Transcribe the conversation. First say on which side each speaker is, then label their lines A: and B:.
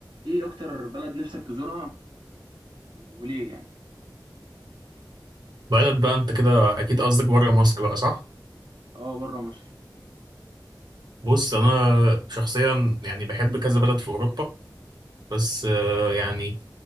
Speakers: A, on the right; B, on the right.
A: ايه اكتر بلد نفسك تزورها وليه يعني
B: بلد بقى انت كده اكيد قصدك بره مصر بقى صح
A: اه بره مصر
B: بص انا شخصيا يعني بحب كذا بلد في اوروبا بس آه، يعني